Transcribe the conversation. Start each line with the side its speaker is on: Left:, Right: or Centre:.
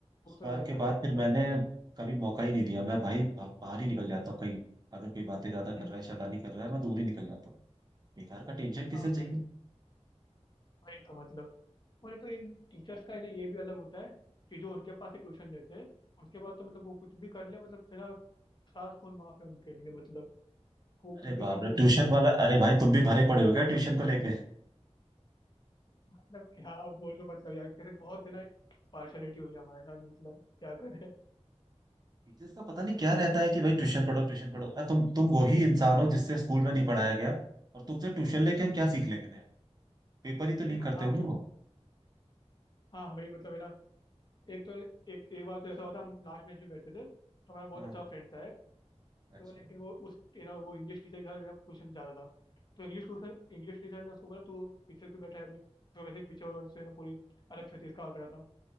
Right: उस
Left: वो तो
Right: बार
Left: रहता
Right: के बाद
Left: ही है मतलब
Right: फिर मैंने कभी मौका ही नहीं दिया मैं भाई बा- बाहर ही निकल जाता हूँ कहीं अगर कोई बातें ज्यादा कर
Left: हम्म,
Right: रहा है शैतानी कर रहा है मैं दूर ही निकल जाता हूँ बेकार का टेंशन किसे
Left: हाँ
Right: चाहिए
Left: वही तो वही तो मतलब और एक तो इन टीचर्स का है ना ये भी अलग होता है कि जो उनके पास ही ट्यूशन लेते हैं उसके बाद तो मतलब वो कुछ भी कर ले मतलब है ना सात खून माफ है उनके लिए मतलब को कुछ
Right: अरे बाप
Left: भी कर ले
Right: रे
Left: कुछ
Right: ट्यूशन
Left: नहीं बोलेंगे
Right: वाला अरे भाई तुम भी भरे पड़े हो क्या ट्यूशन को लेके
Left: मतलब क्या बोलूं मतलब यार कैसे बहुत है ना पार्शलिटी हुई है हमारे साथ मतलब क्या करें <laughs>
Right: टीचर्स का पता नहीं क्या रहता है कि भाई ट्यूशन पढ़ो ट्यूशन पढ़ो अरे तुम तुम वही इंसान हो जिससे स्कूल में नहीं पढ़ाया गया और तुमसे ट्यूशन लेके हम क्या सीख लेंगे पेपर ही
Left: नहीं
Right: तो लीक
Left: मतलब
Right: करते
Left: हाँ
Right: होंगे
Left: भाई
Right: वो
Left: हाँ भाई मतलब है ना एक तो एक एक बार तो ऐसा हुआ था हम लास्ट बेंच में बैठते थे तो हमारा बहुत
Right: हाँ
Left: अच्छा फ्रेंड था एक
Right: अच्छा
Left: तो लेकिन वो उस है ना वो इंग्लिश टीचर के साथ है ना ट्यूशन जाता था तो इंग्लिश ट्यूशन इंग्लिश टीचर ने उसको बोला तू पीछे क्यों बैठा है भाई तो वैसे ही पीछे और उससे है ना पूरी अलग छत्तीस का आंकड़ा था